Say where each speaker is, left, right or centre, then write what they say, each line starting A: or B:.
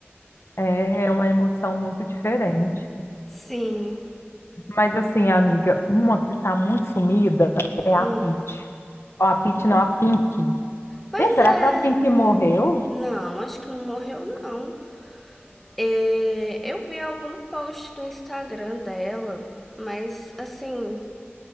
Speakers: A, on the left; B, in the centre.
A: É é uma emoção muito diferente.
B: Sim,
A: Mas assim, amiga, uma que tá muito sumida é a
B: hum.
A: Pitty. Ó, a Pitty não, a Pink.
B: pois
A: Gente, será
B: é.
A: que a Pink morreu?
B: Não, acho que não morreu não. É, eu vi algum post do Instagram dela, mas assim,